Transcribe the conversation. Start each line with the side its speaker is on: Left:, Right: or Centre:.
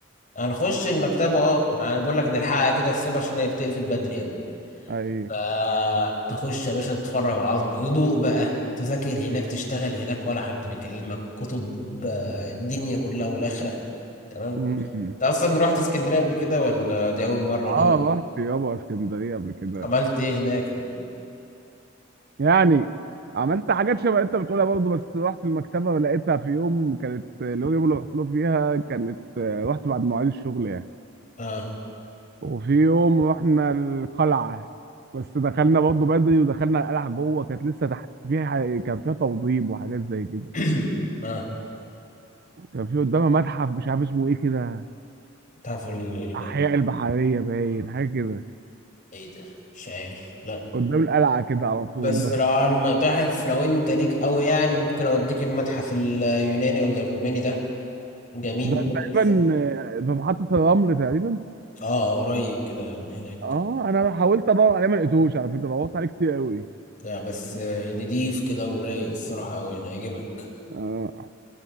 Left: هنخش المكتبة اه يعني بقول لك نلحقها كده الصبح عشان هي بتقفل بدري اوي
Right: اي
Left: فتخش يا باشا تتفرج على العظمة هدوء بقى تذاكر هناك تشتغل هناك ولا حد بيكلمك كتب آه، الدنيا كلها والآخرة تمام
Right: امم
Left: انت اصلا رحت اسكندرية قبل كده ولا دي اول مرة
Right: اه
Left: ليك
Right: رحت يابا اسكندريه قبل كده
Left: عملت ايه هناك
Right: يعني عملت حاجات شبه انت بتقولها برضه بس رحت المكتبه لقيتها في يوم كانت اليوم اللي رحت له فيها كانت رحت بعد مواعيد الشغل يعني
Left: اه
Right: وفي يوم رحنا القلعه بس دخلنا برضه بدري ودخلنا القلعه جوه كانت لسه تحت فيها ح- كان فيها توضيب وحاجات زي كده
Left: <clears throat> اه
Right: كان في قدامها متحف مش عارف اسمه ايه كده
Left: تعرف اليونان
Right: احياء البحريه باين حاجه كده
Left: ايه ده مش عارف لا
Right: قدام القلعه كده على طول
Left: بس
Right: دخل
Left: لو على المتاحف لو انت ليك قوي يعني ممكن اوديك المتحف اليوناني ولا الروماني ده جميل
Right: ده
Left: برضه
Right: تقريبا
Left: الصراحة.
Right: آه، في محطه الرمل تقريبا
Left: اه قريب كده من هناك
Right: اه انا حاولت ادور عليه ما لقيتوش على فكره دورت عليه كتير قوي
Left: لا بس آه، نضيف كده ورايق الصراحة قوي انا هيعجبك
Right: اه